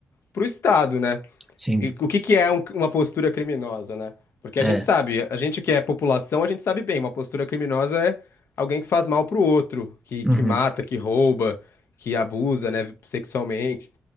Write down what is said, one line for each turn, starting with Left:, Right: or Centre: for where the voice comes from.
Left: pro Estado, né?
Centre: sim.
Left: E o que que é um- uma postura criminosa, né? Porque
Centre: É.
Left: a gente sabe, a gente que é população, a gente sabe bem, uma postura criminosa é alguém que faz mal pro outro, que,
Centre: uhum.
Left: que mata, que rouba, que abusa, né, sexualmente.